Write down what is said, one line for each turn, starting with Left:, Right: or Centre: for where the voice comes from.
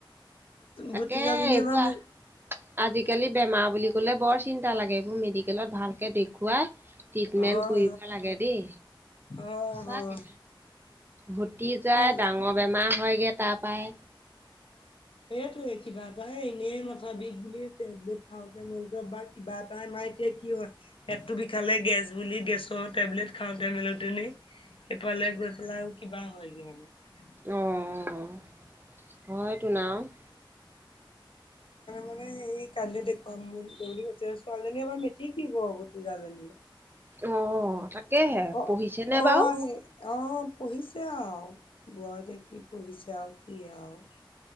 Right: তাকে
Left: ভতিজাজনী
Right: এইবোৱা
Left: আমাৰ হে
Right: আজিকালি বেমাৰ বুলি কলে বৰ চিন্তা লাগে এইবোৰ মেডিকেলত ভালকে দেখুৱাই। ট্ৰিটমেন্ট
Left: হয়
Right: কৰিব লাগে দেই।
Left: হয়
Right: সচাকে
Left: হয়
Right: ঘতি যায়
Left: হয়
Right: ডাঙৰ বেমাৰ। হয়গে তাৰ পই
Left: এইটোৱে কিবা এটাই এনেই মাথা বিষ বুলি টেবলেট খাওঁতে ম <unintelligible> কিবা এটা আমাৰ এতিয়া কি হয় পেটটো বিষালে গেছ বুলি গেছৰ টেবলেট খাওঁতে মেলোতে <unintelligible> সেইফালে গৈ পেলাই আৰু কিবা হয় কি মানে।
Right: অঁ হয়তোনা। <unintelligible>
Left: মানে এই কাল <unintelligible> ক বুলি কৈছে ছোৱালীজনীয়ে এবাৰ মেট্ৰিক দিব। ভতিজাজনীয়ে
Right: অ' তাকেহে
Left: অ
Right: পঢ়িছেনে
Left: আহ
Right: বাৰু?
Left: সেই অ পঢ়িছে আৰু বোৱাৰ বোৱা কি পঢ়িছে আৰু কি আৰু।